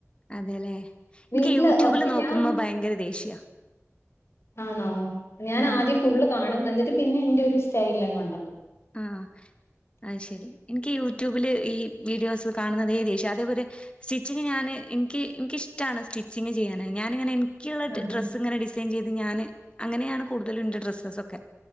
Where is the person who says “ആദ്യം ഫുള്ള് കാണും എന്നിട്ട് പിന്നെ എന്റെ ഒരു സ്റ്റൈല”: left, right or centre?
Left